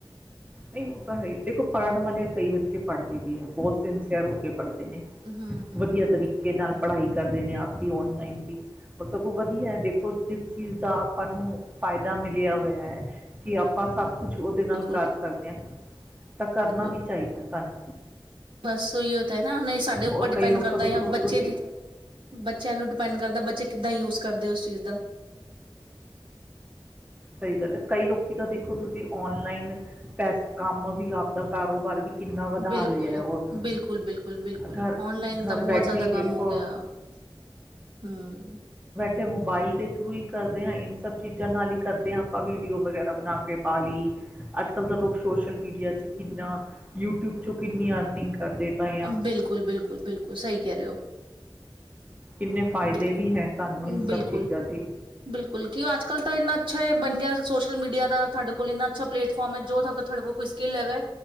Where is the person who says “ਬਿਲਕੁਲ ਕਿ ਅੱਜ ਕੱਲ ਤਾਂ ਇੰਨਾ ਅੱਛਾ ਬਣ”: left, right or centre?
Right